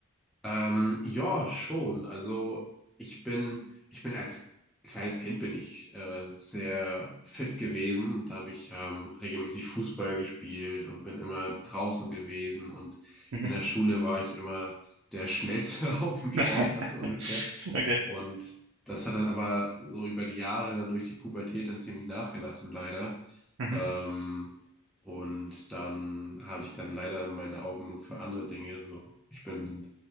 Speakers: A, in the centre; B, on the right.
A: Ähm, ja, schon. Also ich bin, ich bin als kleines Kind bin ich äh, sehr fit gewesen. Da habe ich ähm, regelmäßig Fußball gespielt und bin immer draußen gewesen. Und
B: Mhm.
A: in der Schule war ich immer der Schnellste <laughs> auf dem Sportplatz
B: <laughs>
A: ungefähr.
B: Okay.
A: Und das hat dann aber so über die Jahre dann durch die Pubertät dann ziemlich nachgelassen, leider.
B: Mhm.
A: Ähm, und dann hatte ich dann leider meine Augen nur für andere Dinge. So, ich bin